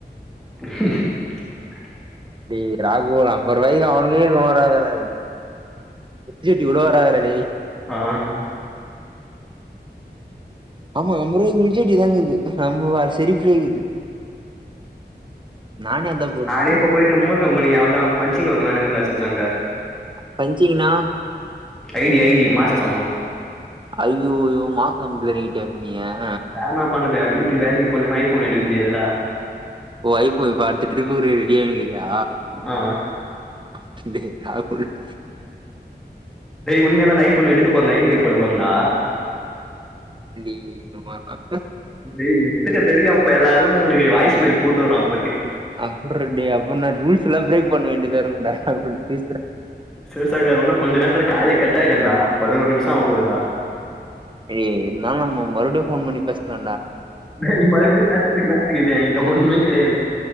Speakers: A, in the centre; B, on the right (about 25°).
A: <inaudible>
B: டே ராகு ஒரு அம்பது ரூவாய்க்கு அவனுக்கே ஒடாது டா <unintelligible> இவ்ளோ வரதுடா டேய்
A: ஆ
B: ஆமா அம்ரோ ரூபாய்க்கு முடிசவேண்டிய தானே இது ஆமா சேரிப்பா இக்குது நானே அதா போட்னுக்குறே
A: நானே இப்ப போயிட்டு மோர் கம்பனி அவ்ளோ தா பஞ்சிங் வச்சிகிளானு இருந்த சிவசங்கர்
B: பஞ்சிங்னா
A: ஐ டி ஐ டி மாச சம்பளம்
B: ஐயோ ஐயோ மாசம் <unintelligible>
A: வே நா பண்ணு அ வீட்டுக்கு வேலைக்கு போலன்னா ஐபோன் எடுக்க முடியாதுலா
B: வைஃப்பு பாத்துட்டு இருக்கு போது ரெடி ஆகலையா
A: ஆ
B: <unintelligible>
A: டேய் உன்மைய தா டா ஐய் போன் எடுக்க போறன்டா இ எம் ஐ போட போறன்டா
B: நீ இது மாரிலாம்
A: டேய் எத்தன பெரிய அப் எல்லாரும் உங்ளுக் வாய்ஸ் மேல் போட்டு உடுறன்
B: அப்றோ டே அப்புறம் நா ரூல்ஸ் எல்லா பிரேக் பண்ண வேண்டிய தா இருக்கும்ல பேசுறன்
A: சிவசங்கர் இன்னு கொஞ்ச நேரத்துல காலே கட்டாயிடும் டா பதினோரு நிமிஷம் ஆக போகுதுடா
B: ஏ என்னா நம்ம மறுபடியும் போன் பண்ணி பேசலா
A: டேய் மறுபிடியும் பேசரதுக்கு என்னடா இருக்குது யாக்கிட்ட ஒன்னும் கிடயாது